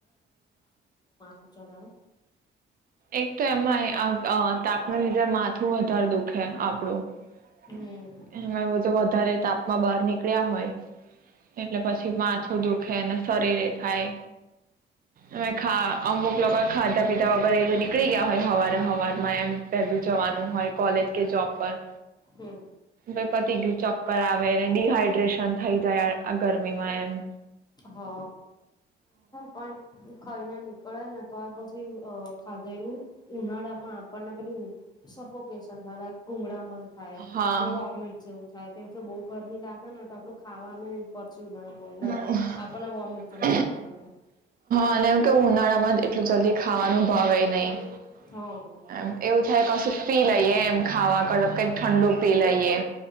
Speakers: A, on the left; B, on the right.
A: જડાાવ
B: એક તો એમાં તાપ લીધે માથું વધારે દુખે આપડું
A: હમ
B: એમાં વધારે તાપમાં બહાર નીકળે હોય એટલે પછી માથું દુખે શરીરે થાય અનેા અમુક લોકો ખાધા પીધા નીકળી ગયા હોય હવા હવા માં એમ પેલું જવાનું હોય કોલેજ કે જબ પર
A: હમ
B: ભાઈ પતી ગયું ચક્કર આવેને ડડીહાઈડ્રેશન થઇ જાય આ ગરમીમાં એમ
A: હ અ પણ ખઈને નીકળ્યા નથી તો પછી ખાધેલું ઉનાળા માં આપણને પેલું સફોકેશન થ કુંગળામણ થાય
B: હા
A: ને વોમિટ જેવું થાય કેમ કે બઉુ ગરમી લાગે ને તો આપડું ખાવાનું પચ્યું ના હોય
B: હા
A: આપણને વોમિટ જેવું થવા માંડે
B: અને એવું કે ઉનાળા માં જ એટલું જલ્દી ખાવાનું ભાવ એ નહીિ
A: હા
B: એમ એવું થાય કશું ફીલ આવીઈએ એમ ખાવા કરડ કઈ ઠંડુ પી લઈએ